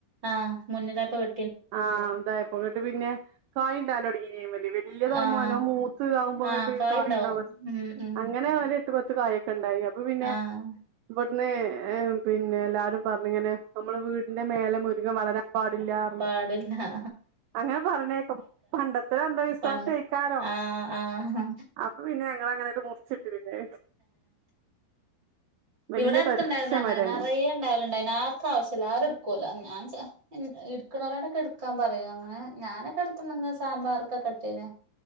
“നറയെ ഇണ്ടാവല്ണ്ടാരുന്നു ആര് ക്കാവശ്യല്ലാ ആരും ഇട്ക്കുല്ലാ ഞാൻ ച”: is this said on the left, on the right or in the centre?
Right